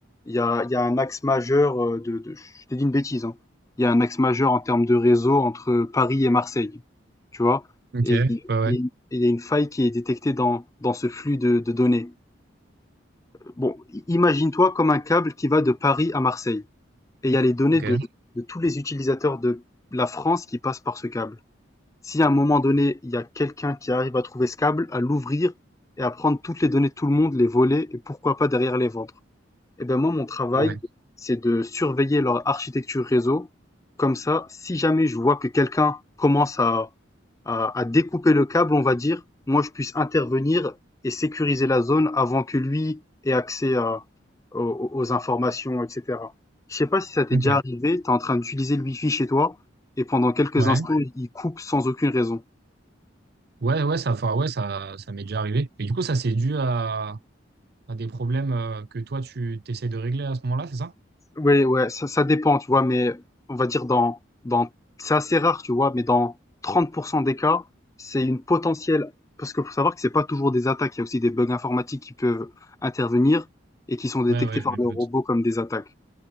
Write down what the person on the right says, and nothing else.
OK.
Ouais,
ouais.
OK.
Ouais.
OK.
Ouais.
Ouais, ouais, ça, enfin, ouais, ça, ça m'est déjà arrivé. Et du coup, ça, c'est dû à, à des problèmes euh, que toi, tu t'essayes de régler à ce moment-là, c'est ça?
Ouais, ouais,
je me
doute.